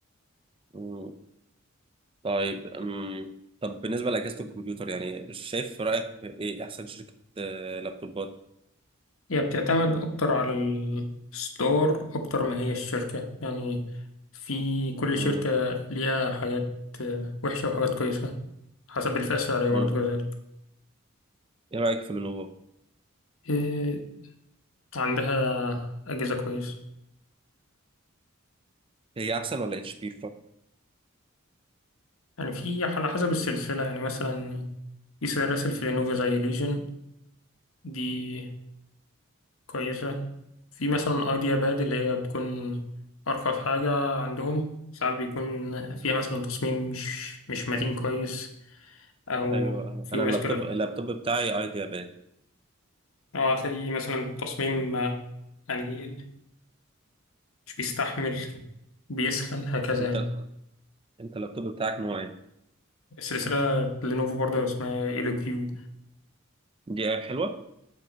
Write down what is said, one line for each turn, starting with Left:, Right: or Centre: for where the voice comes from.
Right: مم. طيب مم. طب بالنسبه لاجهزه الكمبيوتر يعني شايف في رايك ايه احسن شركه آه، لابتوبات
Left: هي بتعتمد أكتر على الستور أكتر ما هي الشركة يعني في كل
Right: مم.
Left: شركة ليها حاجات وحشة وحاجات كويسة حسب الفئة السعرية برضه
Right: مم.
Left: كذلك
Right: ايه رايك في لينوفو
Left: آه، عندها أجهزة كويسة
Right: هي احسن ولا اتش بي
Left: يعني في على حسب السلسلة يعني مثلا في سلاسل في لينوفو زي ليجن دي كويسة في مثلا أيديا باد اللي هي بتكون أرخص حاجة عندهم ساعات بيكون فيها مثلا تصميم مش مش متين كويس أو
Right: ايوه أيوة.
Left: في
Right: انا
Left: مشكلة
Right: اللابتوب اللابتوب بتاعي ايديا باد
Left: أو هتلاقي مثلا تصميم
Right: مم.
Left: ما- يعني مش بيستحمل بيسخن هكذا
Right: انت
Left: يعني
Right: انت اللابتوب بتاعك نوع ايه
Left: سلسلة لينوفو برضه اسمها ال كيو
Right: دي حلوه